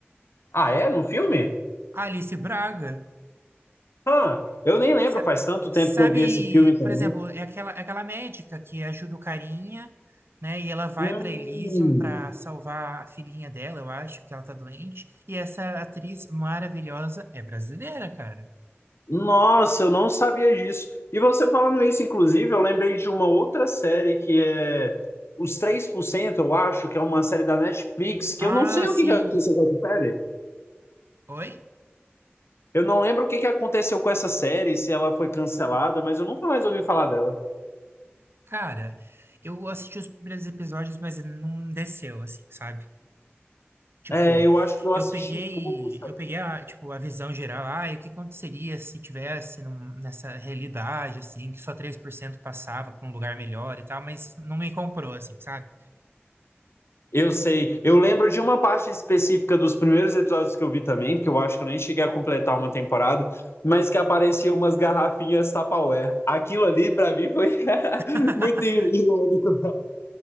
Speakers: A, on the left (about 70°); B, on the right (about 60°).
A: Ah, é? No filme?
B: A Alice Braga.
A: Ah, eu nem lembro,
B: Sa-
A: faz tanto tempo
B: Sabe,
A: que eu vi esse filme também.
B: por exemplo, é aquela, é aquela médica que ajuda o carinha, né? E ela vai
A: Hum.
B: para Elysium para salvar a filhinha dela, eu acho que ela tá doente. E essa atriz maravilhosa é brasileira, cara.
A: Nossa, eu não sabia disso. E você falando isso, inclusive, eu lembrei de uma outra série que é Os três por cento. eu acho, que é uma série da Netflix, que
B: Ah,
A: eu não sei
B: sim.
A: o que que aconteceu com essa série.
B: Oi?
A: Eu não lembro o que que aconteceu com essa série, se ela foi cancelada, mas eu nunca mais ouvi falar dela.
B: Cara, eu assisti os primeiros episódios, mas não desceu, assim, sabe? Tipo,
A: É, eu acho que eu
B: eu
A: assisti
B: peguei,
A: pouco,
B: eu peguei a, tipo, a visão geral, ah, e o que aconteceria se tivesse num- nessa realidade, assim, que só 3% passava para um lugar melhor e tal, mas não me comprou, assim, sabe?
A: Eu sei. Eu lembro de uma parte específica dos primeiros episódios que eu vi também, porque eu acho que eu nem cheguei a completar uma temporada, mas que apareciam umas garrafinhas Tupperware. Aquilo ali, pra mim, foi <laughs>
B: <laughs>
A: muito irônico.